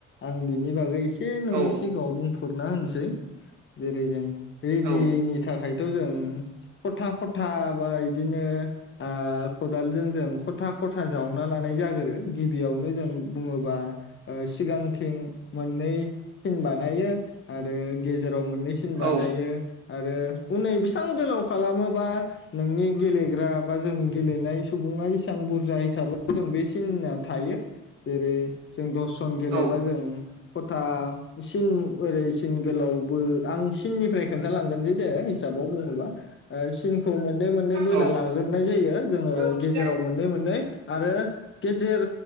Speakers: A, on the left; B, on the right.
A: आं बिनि बागै एसे एसे नोंनि
B: औ
A: सिगांवाय बुंफ्रुद फुरना होनोसै जेरै जों रेडिनि
B: औ
A: थाखाय थ' जों ख'था ख'था बा बिदिनो आ खदालजों जों ख'था ख'था जावना लानाय जागोरो गिबियावनो जों बुङोबा सिगांथिं मोननै सिन बानायो आरो गेजेराव मोननै मोननै सिन
B: औ
A: बानायो आरो हनै बेसबां गोलाव खालामोबा नोंनि गेलेग्रा बा जों गेलेनाय सुबुङा एसेबां बुरजा हिसाबै जों बे सिनना थायो जेरै। जों दस सन गेलेबा
B: औ
A: जों ख'था सिननि ओरै सिन गोलाव बो आं सिननिफ्राय खोन्थालांगोनसै दे, हिसाबाव बुङोबा ओ सिन खौ मोननै मोननै बोना
B: औ
A: लाग्रोनाय जायो जोङो
B: औ
A: गेजेराव मोननै मोननै आरो गेजेर